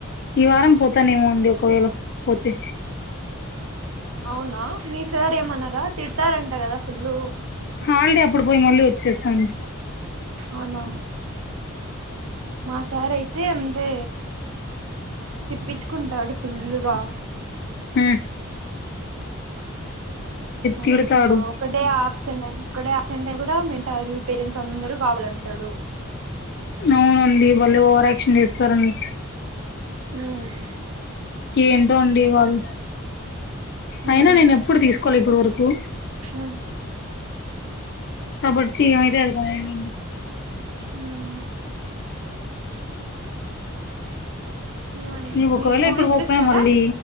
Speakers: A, on the left (about 50°); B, on the right (about 75°).
A: ఈ వారం పోతానేేమో అండి ఒకవేళ పోతే
B: అవునా మీ సార్ ఏమనరా తిడతారంట గదా ఫుల్లు
A: హాలిడే అప్పుడు బోయి మళ్ళీ వచ్చేస్తాండి
B: అవునా మా సార్ అయితే అంతే తిప్పించుకుంటాడు ఫుల్లు గా
A: ఉమ్
B: మంచిగా
A: తిడతాడు
B: ఒకడే అబ్సెంట్ ఐనా ఒకే డే అబ్సెంట్ ఐన గూడా మెంటేరు పేరెంట్స్ అందరూ కావాలంటాడు
A: అవునండి బలే ఓవరాక్షన్ జేస్తారండి
B: ఉమ్
A: ఏంటో అండి వాళ్ళు
B: ఉమ్
A: అయినా నేను ఎప్పుడు తీసుకోలే ఇప్పటి వరకు
B: ఉమ్
A: కాబట్టి ఏం అయితే అదిగానియండి
B: ఉమ్ ఏమండి
A: నేను ఒకవేళ
B: మీరు మూవీస్
A: ఇప్పుడు పోకపోయినా
B: చూస్తారా
A: మళ్ళీ